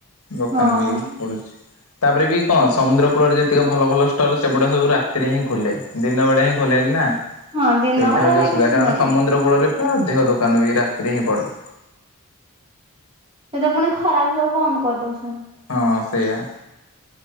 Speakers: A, on the left; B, on the right.
A: ଦୋକାନ
B: ହଁ।
A: ବି ପଡୁଚି ତାପରେ ବି କଣ ସମୁଦ୍ର କୂଳରେ ଯେତିକି ଭଲ ଭଲ ଷ୍ଟୋଲ୍ ସେଗୁଡ଼ା କ ସବୁ ରାତିରେ ହିଁ ଖୋଲେ ଦିନ ବେଳେ ହିଁ ଖୋଲେଣିି ନା।
B: ହଁ ଦିନ
A: ସେଇଟା
B: ବେଳେ
A: ହଉଛି
B: ହେରା
A: ଅସୁବିଧା
B: କିଛି
A: କାରଣ
B: ନାହିଁ
A: ସମୁଦ୍ର କୂଳରେ ଅଧିକ ଦୋକାନ ବି ରାତିରେ ହିଁ ପଡେ
B: ଏଇତ ପୁଣି ଖରାକୁ ସବୁ ବନ୍ଦ କରିଦଉଛନ୍ତି।
A: ହ ସେଆ।